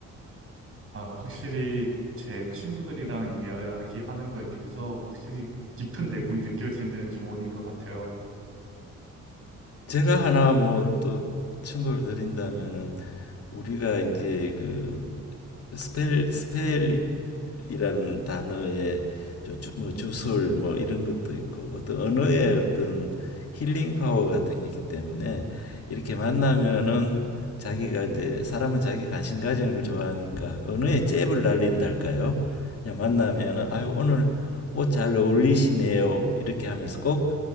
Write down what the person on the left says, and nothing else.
제가 하나 뭐 또 충고를 드린다면은 우리가 이제 그 스펠 스펠이라는 단어의 주, 주- 뭐 주술 뭐 이런 것도 있고 어떤 언어의 어떤 힐링 파워 같은 게 있기 때문에 이렇게 만나면은 자기가 이제 사람은 자기 관심 가지는 걸 좋아하니까 언어에 잽을 날린달까요? 그냥 만나면은 아유 오늘 옷 잘 어울리시네요 이렇게 하면서 꼭